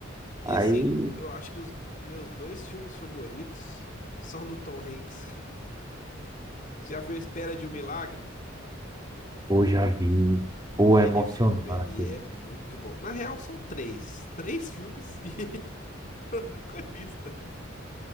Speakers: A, on the right; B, on the left.
A: Aí,
B: E assim, eu acho que os meus dois filmes favoritos são do Tom Hanks. Você já viu A Espera de um Milagre?
A: pô, já vi, pô,
B: Aquele
A: é emocionante.
B: filme ali é muito bom. Na real, são três. Três filmes e <laughs> ele é protagonista.